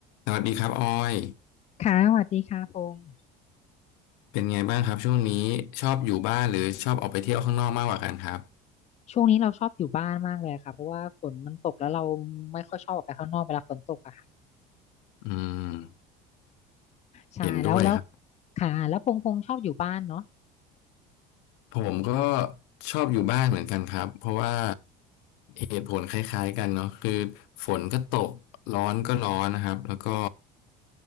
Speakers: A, on the left; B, on the left.
A: สวัสดีครับออย
B: ค่ะสวัสดีค่ะพงษ์
A: เป็นไงบ้างครับช่วงนี้ชอบอยู่บ้านหรือชอบออกไปเที่ยวข้างนอกมากกว่ากันครับ
B: ช่วงนี้เราชอบอยู่บ้านมากเลยค่ะเพราะว่าฝนมันตกแล้วเราไม่ค่อยชอบออกไปข้างนอกเวลาฝนตกอะค่ะ
A: อืม
B: ใช่แล้วแล้ว
A: เห็นด้วยครับ
B: ค่ะแล้วพงษ์พงษ์ชอบอยู่บ้านเนาะ
A: ผมก็ชอบอยู่บ้านเหมือนกันครับเพราะว่าเหตุผลคล้ายๆกันเนาะคือฝนก็ตกร้อนก็ร้อนนะครับแล้วก็